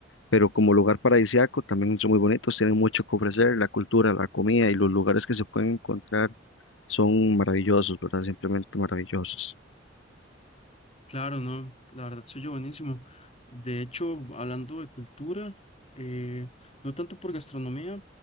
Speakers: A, on the left; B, on the left.
A: Pero como lugar paradisíaco también son muy bonitos, tienen mucho que ofrecer, la cultura, la comida y los lugares que se pueden encontrar son maravillosos, ¿verdad? Simplemente maravillosos.
B: Claro, no, la verdad soy yo buenísimo. De hecho, hablando de cultura, eh, no tanto por gastronomía,